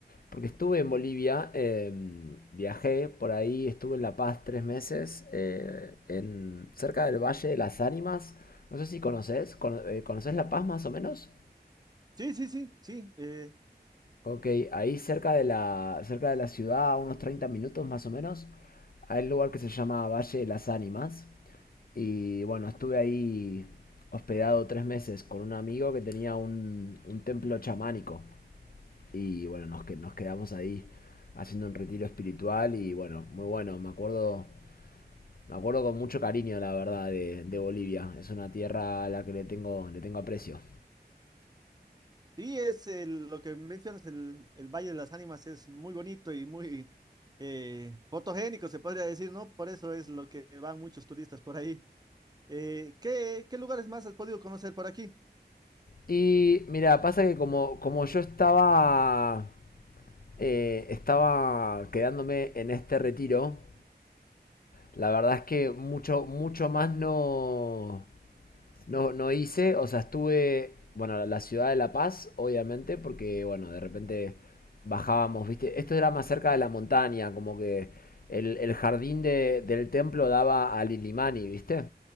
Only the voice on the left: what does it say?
porque estuve en Bolivia, eh, viajé por ahí, estuve en La Paz tres meses, eh, en, cerca del Valle de las Ánimas, no sé si conoces, cono- eh, ¿conoces La Paz más o menos?
Ok, ahí cerca de la, cerca de la ciudad, a unos 30 minutos más o menos, hay un lugar que se llama Valle de las Ánimas. Y bueno, estuve ahí hospedado tres meses con un amigo que tenía un, un templo chamánico. Y bueno, nos, que- nos quedamos ahí haciendo un retiro espiritual y bueno, muy bueno, me acuerdo, me acuerdo con mucho cariño, la verdad, de, de Bolivia. Es una tierra a la que le tengo, le tengo aprecio.
Y mira, pasa que como, como yo estaba, eh, estaba quedándome en este retiro, la verdad es que mucho, mucho más no, No, no hice, o sea, estuve, bueno, la ciudad de La Paz, obviamente, porque, bueno, de repente bajábamos, ¿viste? Esto era más cerca de la montaña, como que el, el jardín de- del templo daba a Lilimani, ¿viste?